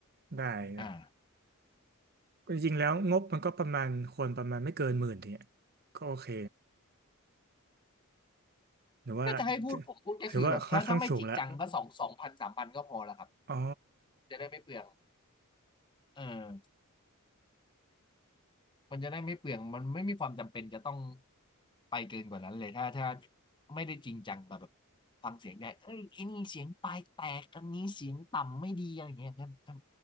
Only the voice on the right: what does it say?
ได้ครับ
จริงๆแล้วงบมันก็ประมาณควรประมาณไม่เกินหมื่นเนี่ยก็โอเคหรือว่าถือ
ถือว่าค่อนข้างสูงละอ๋อ